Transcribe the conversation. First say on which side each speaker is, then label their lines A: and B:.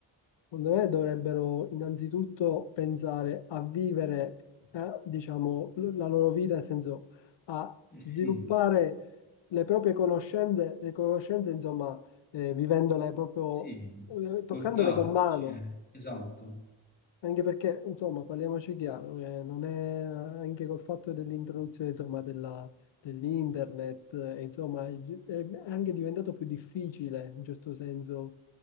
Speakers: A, on the left; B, on the left.
A: secondo me dovrebbero innanzitutto pensare a vivere, eh, diciamo, l- la loro vita, nel senso a
B: eh,
A: sviluppare
B: sì,
A: le proprie conoscenze, le conoscenze, insomma, eh, vivendole proprio,
B: sì,
A: eh, toccandole
B: col tatto,
A: con mano.
B: cioè, esatto.
A: Anche perché, insomma, parliamoci chiaro, eh, non è anche col fatto dell'introduzione, insomma, della- dell'internet, eh, insomma, è, è anche diventato più difficile, in certo senso,